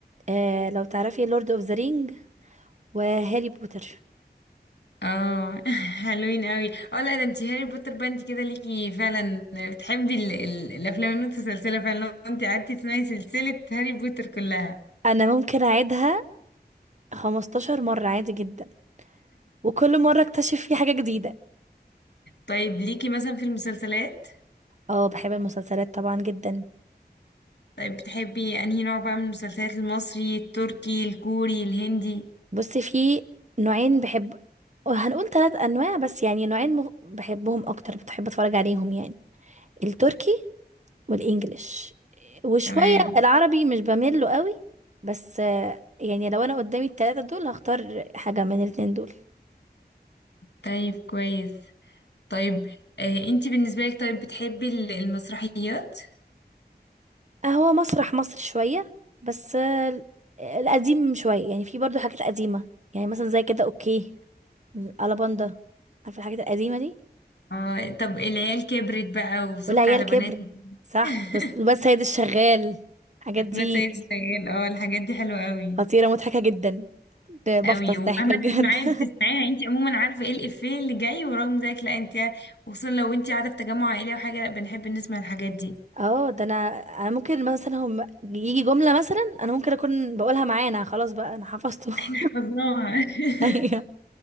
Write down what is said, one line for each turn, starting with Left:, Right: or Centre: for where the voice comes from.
Right: آه لو تعرفي لورد اوف ذا رينج وهاري بوتر
Left: اه <laughs> حلوين قوي اه لا ده انتي هاري بوتر بقى انتي كده ليكي فعلا بتحبي ال ال الافلام المتسلسله فعلا لو انتي قعدتي تسمعي سلسله هاري بوتر كلها
Right: انا ممكن اعيدها 15 مره عادي جدا وكل مره اكتشف فيه حاجه جديده
Left: طيب ليكي مثلا في المسلسلات
Right: اه بحب المسلسلات طبعا جدا
Left: طيب بتحبي انهي نوع بقى من المسلسلات المصري التركي الكوري الهندي
Right: بصي في نوعين بحب هنقول ثلاث انواع بس يعني نوعين مف- بحبهم اكتر بتحب اتفرج عليهم يعني التركي والانجليش وشوية
Left: تمام
Right: العربي مش بميل له قوي بس آه، يعني لو انا قدامي الثلاثة دول هختار حاجة من الاتنين دول
Left: طيب كويس طيب آه انتي بالنسبة لك طيب بتحبي ال- المسرحيات
Right: هو مسرح مصر شوية بس آه، القديم شوية يعني في برضو حاجات قديمة يعني مثلا زي كده اوكي الألاباندا عارفة الحاجات القديمة دي
Left: اه طب العيال كبرت بقى وسك
Right: والعيال
Left: على
Right: كبرت
Left: بناتك
Right: صح
Left: <laughs>
Right: بس بس سيد الشغال الحاجات دي
Left: ولاد سيد الشغال <laughs> اه الحاجات دي حلوة قوي
Right: خطيرة مضحكة جدا ده بفطس
Left: قوي ومهما
Right: ضحكة بجد
Left: تسمعيها
Right: <laughs>
Left: بتسمعيها انتي عموما عارفة ايه الإفيه اللي جاي ورغم ذلك لا انتي وخصوصا لو انتي قاعدة في تجمع عائلي او حاجة لا بنحب نسمع الحاجات دي
Right: اه ده انا انا ممكن مثلا هم يجي جملة مثلا انا ممكن اكون بقولها معانا خلاص بقى انا حفظته
Left: حفظناها
Right: <laughs> ايوه
Left: <laughs>